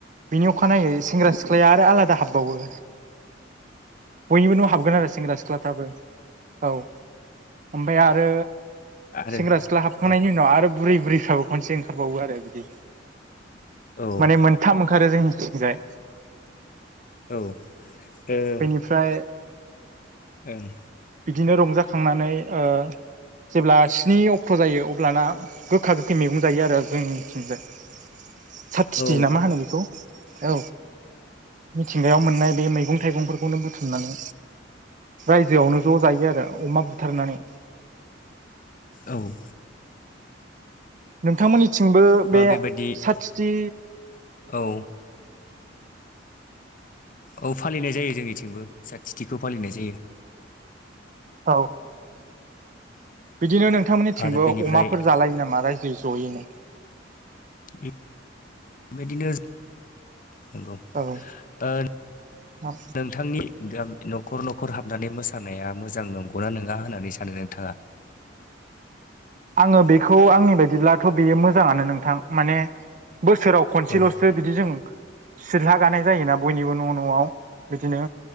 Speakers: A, on the right; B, on the left.
A: बिनि अखानायै सेंग्रा सिख्लाया आरो आलादा हाबबावो बयनिबो न' हाबगोन आरो सेंग्रा सिख्लाफ्राबो औ ओमफ्राय आरो
B: आरो
A: सेंग्रा सिख्ला सिख्ला हाबखांनायनि
B: औ
A: उनाव आरो बुरै बुरैफ्राबो खनसे ओंखारबावो आरो बिदि
B: औ
A: माने थाम ओंखारो जोंनिजाय
B: औ ओ
A: फ्राय
B: ओं
A: बिदिनो रंजाखांनानै ओ जेब्ला स्नि अक्ट' जायो अब्लाना गोखा गोखै मैगं जायो आरो जोंनिथिंजाय सातथिथि
B: औ
A: ना मा होनो बेखौ औ मिथिंगायाव मोननाय बे मैगं थाइगंफोरखौनो बुथुमनानै रायजोयावनो ज' जायो आरो अमा बुथारनानै
B: औ ओ
A: नोंथांमोननिथिंबो
B: बा
A: बे
B: बेबायदि
A: साथिथि
B: औ औ फालिनाय जायो जोंनिथिंबो साथथिथिखौ फालिनाय जायो
A: औ बिदिनो नोंथांमोननिथिंबो
B: आरो बेनिफ्राय
A: अमाफोर जालायो नामा रायजोयै ज'यैनो
B: बेबायदिनो नंगौ
A: औ
B: ओ नोंथांनि
A: औ
B: न'खर न'खर हाबनानै मोसानाया मोजां नंगौना नङा होननानै सानो नोंथाङा
A: आङो बेखौ आंनि बायदिब्लाथ' बेयो मोजाङानो नोंथां माने बोसोराव खनसेल'सो
B: औ
A: बिदि जों सिलला गानाय जायोना बयनिबो न' न'आव बिदिनो